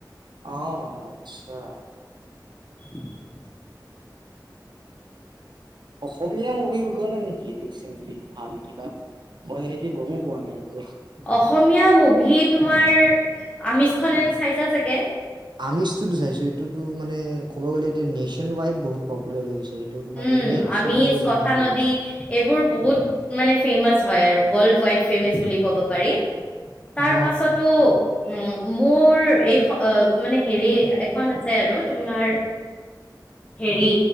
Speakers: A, on the right; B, on the left.
A: আহ', আচ্ছা।
B: <inaudible>
A: অসমীয়া মুভি ওলোৱা নাই নেকি? ৰিচেণ্টলি ভাল কিবা। মই সেনেকে গমো পোৱা নাই একো।
B: অসমীয়া মুভি তোমাৰ আমিজ খন এনে চাইছা চাগে?
A: আমিজটোতো চাইছো, এইটোতো মানে ক'ব গ'লে এতিয়া নেশ্বন ৱাইড বহুত পপুলাৰ হৈ গৈছে। এইটো তোমাৰ
B: উম',
A: ইণ্ডিয়াত
B: আমিষ,
A: চবে জানা
B: কথা
A: হৈ
B: নদী
A: গৈছে
B: এইবোৰ বহুত মানে ফেমাচ হয় আৰু, ৱৰ্লড ৱাইড ফেমাচ বুলি ক'ব পাৰি। তাৰ
A: হ
B: পাছতো উম মোৰ এইখন মানে হেৰি এখন আছে আৰু তোমাৰ হেৰি